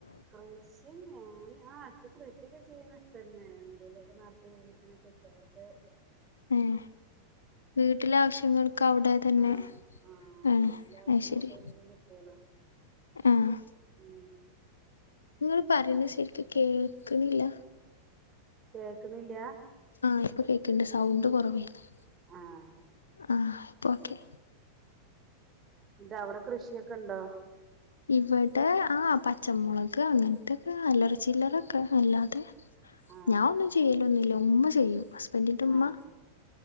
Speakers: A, on the right (about 25°); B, on the left (about 75°).
A: കൃഷി ഞാന് ആഹ് അട്ത്ത് കൃഷിയൊക്കെ ചെയ്യ്ണ ഇതന്നെ എന്തേലെക്കെ നട്ട് പുട്പ്പിച്ച്നക്കെ <unintelligible>
B: ഏഹ് വീട്ടിലെ ആവശ്യങ്ങൾക്ക് അവ്ടെ തന്നെ
A: ആഹ് ആഹ്
B: ഏഹ്
A: വീട്ടിലെ ആവശ്യങ്ങൾക്ക്
B: അയ് ശരി
A: നമുക്ക് കിട്ടുവല്ലോ
B: ആഹ്
A: ഉം
B: ഇങ്ങള് പറിണെ ശരിക്ക് കേക്ക്ണില്ല
A: കേൾക്ക്ണില്ല
B: ആഹ് ഇപ്പൊ കേക്ക്ണ്ട് സൗണ്ട് കെറവേര്ന്ന്
A: ആഹ്
B: ആഹ് ഇപ്പൊ ഓക്കെ
A: ന്ന്ട്ട് അവടെ കൃഷിയൊക്കണ്ടോ
B: ഇവടെ ആഹ് പച്ച മൊളക് അങ്ങത്തെക്കെ അല്ലറച്ചില്ലറെക്കെ അല്ലാതെ
A: ആഹ്
B: ഞാൻ ഒന്നും
A: ആഹ്
B: ചെയ്യലൊന്നില്ല ഉമ്മ ചെയ്യും ഹസ്ബന്റിന്റെ ഉമ്മ
A: ആഹ്